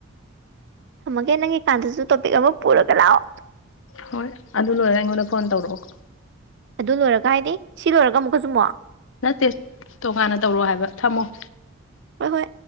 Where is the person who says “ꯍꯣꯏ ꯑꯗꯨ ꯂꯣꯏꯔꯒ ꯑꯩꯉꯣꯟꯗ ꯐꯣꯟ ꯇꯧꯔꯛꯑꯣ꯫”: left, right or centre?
Left